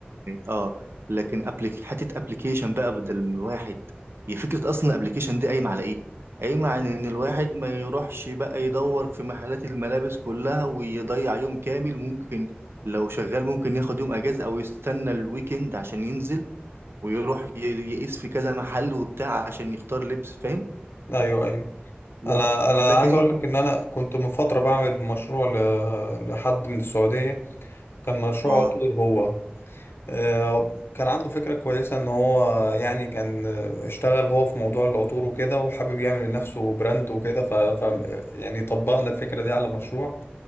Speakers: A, on the right; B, on the left.
A: اه لكن أبليك... حته ابلكيشن بقى بدل من الواحد هي فكره اصلا الابلكيشن دي قايمه على ايه قايمه على ان الواحد ما يروحش بقى يدور في محلات الملابس كلها ويضيع يوم كامل ممكن لو شغال ممكن ياخد يوم اجازه او يستنى الويكند عشان ينزل ويروح ي- يقيس في كذا محل وبتاع عشان يختار لبس فاهم
B: ايوه ايوه
A: لك-
B: انا انا
A: لكن
B: عايز
A: انت
B: اقول لك ان انا كنت من فترة بعمل مشروع ل... لحد من السعودية كان مشروع
A: اه
B: عطور هو آه، كان عنده فكرة كويسة ان هو يعني كان آه، اشتغل هو في موضوع العطور وكده وحابب يعمل لنفسه براند وكده ف... ف يعني طبقنا الفكرة دي على مشروع